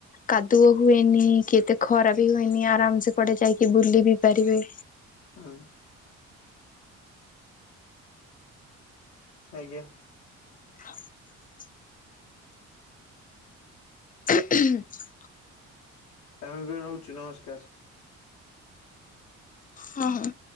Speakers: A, on the left; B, on the left.
A: କାଦୁଅ ହୁଏନି କିତ ଖରା ବି ହୁଏନି ଆରାମ ସେ କୁଆଡେ ଯାଇକି ବୁଲି ବି ପାରିବେ।
B: ହଁ। ଆଜ୍ଞା।
A: <inaudible> <unintelligible>
B: ଆମେ ବି ରହୁଛୁ ନମସ୍କାର।
A: ହଁ ହଁ।